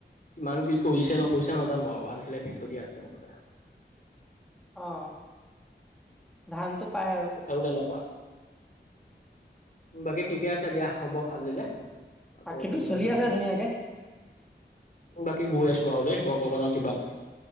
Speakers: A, on the left; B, in the centre.
A: কিমান কি কৰিছে নকৰিছে নাজানো আৱ আঁধিলে দি থৈ দিয়া আছে মুঠতে।
B: অ ধানটো পাই আৰু
A: কথাবোৰ তেনেকুৱা বাকী ঠিকে আছে দিয়া হ'ব আজিলে। আকৌ
B: বাকীটো
A: পিছবেলা
B: চলি
A: পাতিম
B: আছে ধুনীয়াকে
A: বাকী গৈ আছোঁ আৰু দেই। ভগৱানৰ কৃপাত।